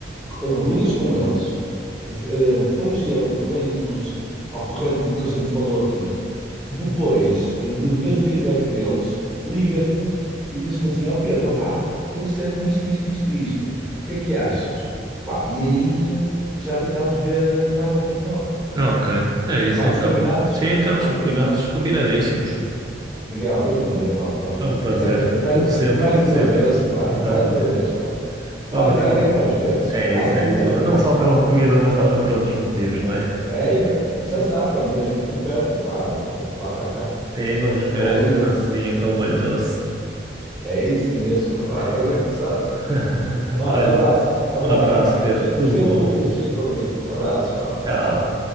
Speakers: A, in the centre; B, on the right.
A: uh, ligas com eles, v- uh, pões ele- pões-los ao corrente do que a gente falou aqui. Depois uh, de veres o feedback deles, ligas-me e dizes-me assim: Ó Pedro, opá, eles disseram isto, isto, isto, isto. O que é que achas? Pá, e aí uh, já tentámos ver uh, mais ao pormenor.
B: Ok, é isso
A: Estamos
B: então.
A: combinados?
B: Sim, então,
A: Estamos
B: os combinados,
A: combinados?
B: combinadíssimos.
A: Miguel, foi um prazer, pá, falar contigo.
B: É um prazer.
A: <laughs> Mais,
B: Como sempre,
A: mais
B: como
A: uma
B: sempre.
A: vez, pá,
B: Exatamente.
A: mais uma vez, pá. Olha,
B: Vamos
A: vai
B: só.
A: ligando mais vezes,
B: É
A: vai
B: isso,
A: ligando
B: é isso.
A: mais vezes.
B: Não só pela comida, mas também por outros motivos, não é?
A: É, e, co- e já sabes, quando vier aqui por perto, pá, passa cá.
B: Sim, vamos comer
A: Ou
B: aí
A: liga.
B: uma francesinha com molho doce.
A: É isso mesmo. Olha,
B: É
A: estás
B: isso.
A: a ver como sabes?
B: <laughs>
A: Olha,
B: Olha,
A: abraço, abraço,
B: um abraço,
A: Miguel.
B: Pedro.
A: Gostei, gostei
B: Tudo bom.
A: de te ouvir, gostei de te ouvir. Abraço,
B: Ah,
A: tchau, tchau,
B: Tchau.
A: tchau.